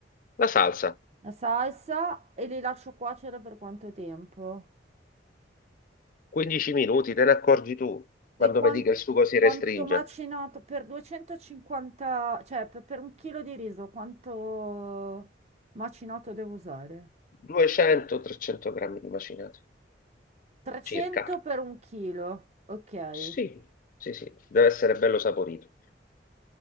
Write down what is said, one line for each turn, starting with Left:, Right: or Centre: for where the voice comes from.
Left: La salsa,
Right: la salsa e li lascio cuocere per quanto tempo?
Left: 15 minuti, te ne accorgi tu quando
Right: Le quan-
Left: vedi che il sugo si
Right: quanto
Left: restringe.
Right: macinato per 250, cioè per, per un chilo di riso, quanto macinato devo usare?
Left: 200-300 grammi di macinato,
Right: 300
Left: circa.
Right: per un chilo, ok.
Left: Sì, sì, sì, deve essere bello saporito.